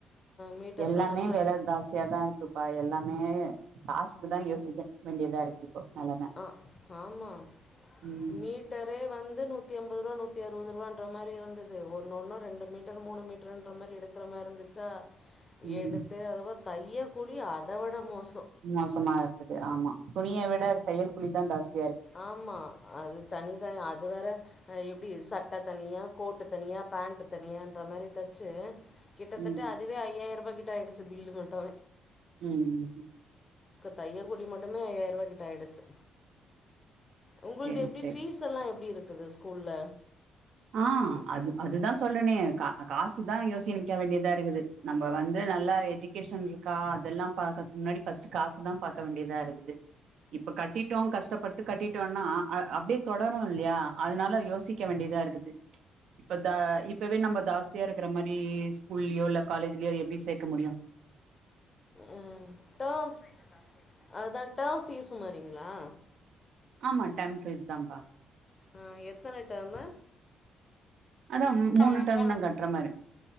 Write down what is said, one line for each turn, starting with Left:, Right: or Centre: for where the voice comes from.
Left: மீட்டர்
Right: எல்லாமே
Left: கணக்கில்
Right: வெல ஜாஸ்தியாதா இருக்குப்பா எல்லாம் <unintelligible> காசுக்குதா யோசிக்க வேண்டியதா இருக்கு இப்போ நெலம
Left: ஆ ஆமா
Right: ம்
Left: மீட்டரே வந்து நூத்தி அம்பது ரூவா நூத்தி அறுபது ரூவான் <unintelligible> மாரி இருந்தது ஒன்னொன்னு ரெண்டு மீட்டர் மூணு மீட்டர்ன்ற மாரி எடுக்கிற மாரி இருந்துச்சா
Right: ம்
Left: எடுத்து <unintelligible> தைய கூலி அதவிட மோச
Right: மோசமா இருக்குது ஆமா துணிய விட தையல் கூலிதா ஜாஸ்த்
Left: ஆமா அது தனி -தனி அது வேற ஆ எப்டி சட்டை தனியாக கோட்டு தனியாக பேண்ட்டு தனியான்ற மாரி தச்சு கிட்டத்தட்ட
Right: ம்
Left: அதுவே ஐயாயிரூபா கிட் ட்டாயிடுச்சு பில்லு மட்டு
Right: ம் ம்
Left: தைய கூலி மட்டுமே ஐயாயிர ரூவா கிட்ட ஆயிடுச்சு உங்கள்து
Right: சேரி
Left: எப்டி
Right: சேரி
Left: ஃபீஸ் எல்லா எப்டி இருக் இது ஸ்கூல்ல
Right: ஆ அது - அதுதா சொல்றனே கா காசுதா யோசினிக்க வேண்டியதா இருக்குது நம்ம வந்து நல்லா எஜுகேஷன் இருக்கா அதெல்லா பாக்கறதுக்கு முன்னாடி ஃபஸ்ட் காசுதா பாக்க வேண்டியதா இருக்குது இப்ப கட்டிட்டோ கஷ்டப்பட்டு கட்டிட்டோன்னா அ அப்டியே தொடரு இல்லையா அதனால யோசிக்க வேண்டியதா இருக்கு இப்ப இந்த இப்பவே நம்ம ஜாஸ்தியா இருக்கற மாரி ஸ்கூல்லயோ இல்ல காலேஜ்லயோ எப்டி சேக்க முடியு
Left: அ டேர்ம் <inaudible> அதான் டேர்ம் ஃபீஸ் மாரிங்களா
Right: ஆமா டெர்ம் ஃபீஸ் தாம்ப்பா
Left: ஆ எத்தன டேர்மு
Right: அதான்
Left: <unintelligible>
Right: டேர்ம்
Left: மூணு
Right: தான் கட்ற மாரி.